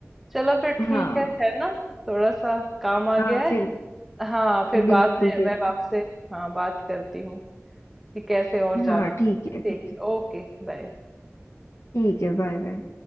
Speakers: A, in the centre; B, on the left.
A: चलो फिर ठीक
B: हाँ
A: है है ना थोड़ा सा काम आ गया
B: हाँ
A: है
B: फिर
A: हाँ फिर बाद
B: बिल्कुल
A: में
B: बिल्कुल
A: मैं आपसे हाँ बात करती हूँ कि कैसे और जाना
B: हाँ ठीक है ठीक
A: ठीक
B: है
A: ओके बाय
B: ठीक है बाय बाय